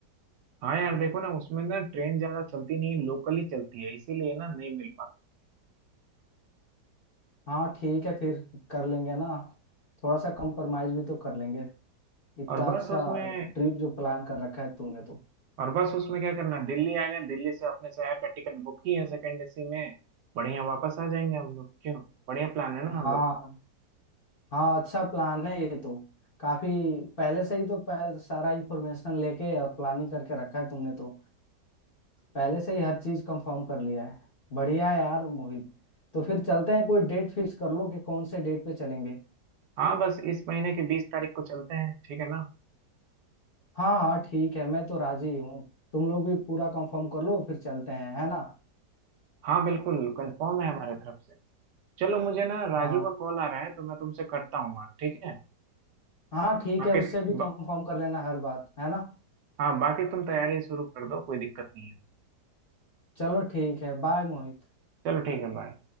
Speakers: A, on the right; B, on the left.
A: हाँ यार देखो ना उसमें ना ट्रेन ज्यादा चलती नहीं है लोकल ही चलती है इसीलिए ना नहीं मिल पाता
B: हाँ ठीक है फिर कर लेंगे ना थोड़ा सा कंप्रोमाइज भी तो कर लेंगे इतना
A: और बस
B: अच्छा
A: उसमें
B: ट्रिप जो प्लान कर रखा है तुमने तो
A: और बस उसमें क्या करना है दिल्ली आ गए दिल्ली से अपने शहर का टिकट बुक ही है सेकेंड एसी में बढ़िया वापस आ जाएंगे हम लोग क्यों बढ़िया प्लान है ना
B: हाँ
A: हम लोग का
B: हाँ अच्छा प्लान है ये तो काफी पहले से ही तो पह- सारा इंफॉर्मेशन लेके और प्लानिंग करके रखा है तुमने तो पहले से ही हर चीज कंफर्म कर लिया है बढ़िया है यार मोहित तो फिर चलते हैं कोई डेट फिक्स कर लो कि कौन से डेट पे चलेंगे
A: हाँ बस इस महीने की बीस तारीख को चलते हैं ठीक है ना
B: हाँ हाँ ठीक है मैं तो राजी हूँ तुम लोग भी पूरा कंफर्म कर लो फिर चलते हैं है ना
A: हाँ बिल्कुल कंफर्म है हमारे तरफ से चलो मुझे ना राजू
B: हाँ
A: का कॉल आ रहा है तो मैं तुमसे करता हूँ बात ठीक है
B: हाँ ठीक
A: बाकी
B: है उससे भी
A: ब,
B: कंफर्म कर लेना हर बात है ना
A: हाँ बाकी तुम तैयारी शुरू कर दो कोई दिक्कत नहीं है
B: चलो ठीक है बाय मोहित
A: चलो ठीक है बाय